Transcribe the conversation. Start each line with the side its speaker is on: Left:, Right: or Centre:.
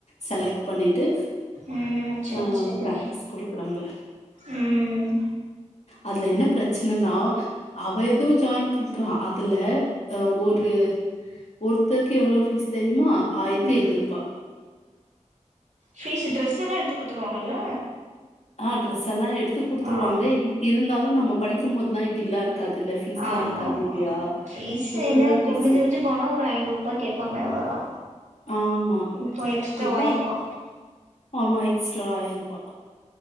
Left: செலக்ட் பண்ணிட்டு
Right: ம் சேரி
Left: ஆ
Right: சேரி
Left: பிராக்டிஸ் குடுக்குறாங்க
Right: ம்
Left: அதுல என்ன பிரச்சனைனா அவ ஏதோ ஜாயின் பண்ற அதுல ஒரு ஒருத்தருக்கு எவ்ளோ ஃபீஸ் தெரியுமா ஆயிரத்திஐநூறு
Right: ம்
Left: ரூபா
Right: ஃபீஸ் ட்ரெஸ் எல்லா எடுத்து குடுத்துருவாங்கல்ல
Left: ஆ ட்ரெஸ் எல்லா எடுத்து குடுத்துருவாங்க
Right: ஆ
Left: இ இருந்தாலு நம்ம படிக்கும்போதெலா இப்டிலா இரு ருக்காது இல்ல ஃபீஸ் எல்லா
Right: ஆமா
Left: இருக்காது
Right: ஆமா
Left: இல்லையா
Right: ஃபீஸ்
Left: இப்பல்லா
Right: என்ன
Left: ஃபீஸ்
Right: குமிஞ்சு மிஞ்சு போனா ஒரு ஐநூறு ரூபா கேப்பாங்க அவ்ளோதா
Left: ஆமா
Right: இப்போ எக்ஸ்ட்ரா
Left: இப்பா
Right: ஆயிரூபா
Left: ஆமா எக்ஸ்டாயிருப்பா